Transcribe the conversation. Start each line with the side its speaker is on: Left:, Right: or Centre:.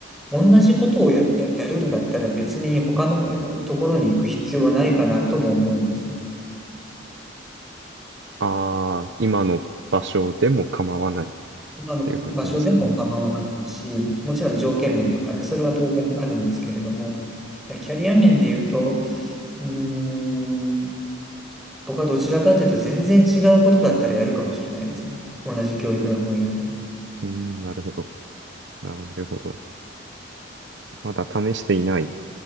Centre: 同じことをや、や、やるんだったら別に他の、あのところに行く必要はないかなとも思うんですよ。
Right: ああ、今の場所でも構わないっ
Centre: 今の場所でも構わないし、
Right: ていう感じですかね。
Centre: もちろん条件面とかね、それは当然あるんですけれども、でキャリア面で言うと、うーん、僕はどちらかというと全然違うことだったらやるかもしれないですね。同じ教育の分野でも。
Right: うん、なるほど。なるほど。まだ試していない